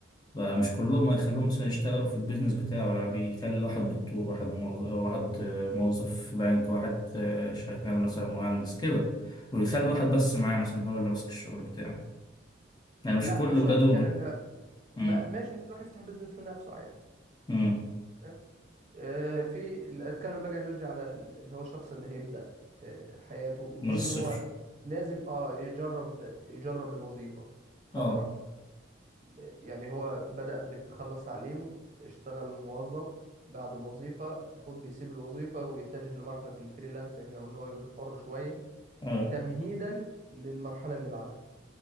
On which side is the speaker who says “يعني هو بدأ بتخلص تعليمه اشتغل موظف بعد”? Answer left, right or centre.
Right